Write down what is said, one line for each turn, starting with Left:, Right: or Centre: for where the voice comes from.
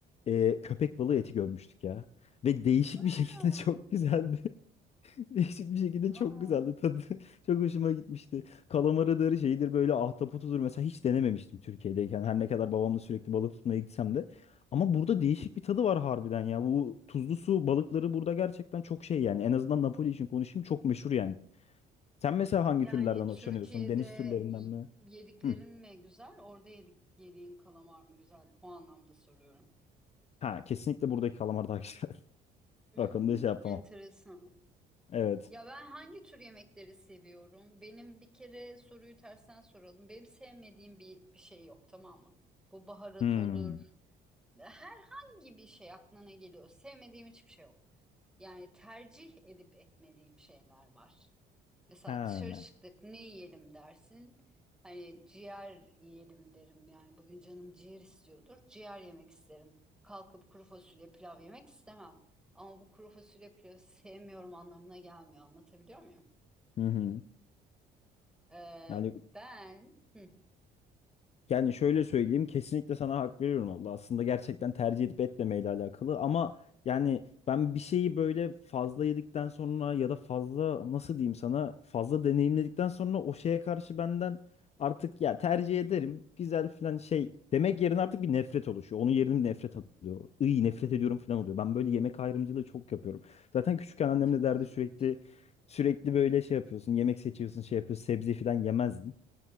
Left: e, köpek balığı eti görmüştük ya. Ve değişik
Centre: Aa,
Left: bir şekilde <laughs> çok güzeldi. Değişik bir şekilde çok
Centre: aa.
Left: güzeldi tadı. <laughs> Çok hoşuma gitmişti. Kalamarıdır, şeyidir böyle ahtapotudur. Mesela hiç denememiştim Türkiye'deyken. Her ne kadar babamla sürekli balık tutmaya gitsem de. Ama burada
Centre: Hı
Left: değişik
Centre: hı.
Left: bir tadı var harbiden ya. Bu tuzlu su balıkları burada gerçekten çok şey yani. En azından Napoli için konuşayım çok meşhur yani. Sen mesela hangi
Centre: Yani
Left: türlerden
Centre: Türkiye'de
Left: hoşlanıyorsun? Deniz türlerinden
Centre: y-
Left: mi?
Centre: yediklerin
Left: Hı.
Centre: mi güzel? Orada yedik yediğin kalamar mı güzel? O anlamda soruyorum.
Left: Ha kesinlikle buradaki kalamar daha güzel. <laughs>
Centre: Hmm,
Left: Bak onu da şey yapamam.
Centre: enteresan.
Left: Evet.
Centre: Ya ben hangi tür yemekleri seviyorum? Benim bir kere soruyu tersten soralım. Benim sevmediğim bir, bir şey yok tamam mı? Bu baharat
Left: Hmm.
Centre: olur. Herhangi bir şey aklına ne geliyor. Sevmediğim hiçbir şey yok. Yani tercih edip etmediğim şeyler var. Mesela
Left: Ha.
Centre: dışarı çıktık ne yiyelim dersin. Hani ciğer yiyelim derim. Yani bugün canım ciğer istiyordur. Ciğer yemek isterim. Kalkıp kuru fasulye pilav yemek istemem. Ama bu kuru fasulye pilavı sevmiyorum anlamına gelmiyor. Anlatabiliyor muyum?
Left: Hı hı.
Centre: Ee,
Left: Yani
Centre: ben Hı,
Left: Yani şöyle söyleyeyim kesinlikle sana hak veriyorum abla. Aslında gerçekten tercih edip etmemeyle alakalı ama yani ben bir şeyi böyle fazla yedikten sonra ya da fazla nasıl diyeyim sana fazla deneyimledikten sonra o şeye karşı benden artık ya tercih ederim güzel filan şey demek yerine artık bir nefret oluşuyor. Onun yerine bir nefret alıyor. İyi nefret ediyorum filan oluyor. Ben böyle yemek ayrımcılığı çok yapıyorum. Zaten küçükken annem
Centre: çok
Left: de derdi
Centre: ilginç.
Left: sürekli sürekli böyle şey yapıyorsun yemek seçiyorsun şey yapıyorsun sebze filan yemezdin.